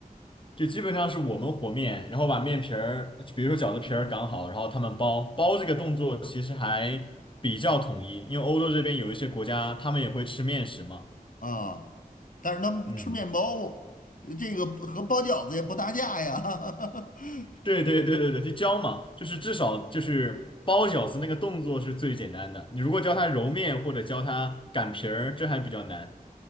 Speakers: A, on the left (about 35°); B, on the left (about 60°).
A: 就基本上是我们和面，然后把面皮儿，比如说饺子皮儿擀好，然后他们包，包这个动作其实还比较统一，因为欧洲这边有一些国家他们也会吃面食嘛。
B: 啊，但是他们吃面包，
A: 嗯，
B: 这个和包饺子也不搭架呀。<laughs>
A: 对对对对对，就教嘛，就是至少就是包饺子那个动作是最简单的，你如果教他揉面或者教他擀皮儿，这还比较难，